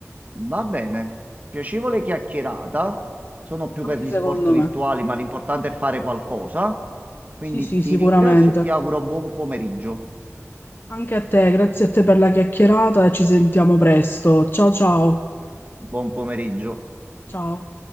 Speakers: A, on the right; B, on the left.
A: va bene. Piacevole chiacchierata. Sono più
B: anche
A: per gli
B: secondo
A: sport virtuali,
B: me.
A: ma l'importante è fare qualcosa. Quindi
B: Sì, sì,
A: ti
B: sicuramente.
A: ringrazio e ti auguro buon pomeriggio.
B: Anche a te, grazie a te per la chiacchierata e ci sentiamo presto. Ciao ciao.
A: Buon pomeriggio.
B: Ciao.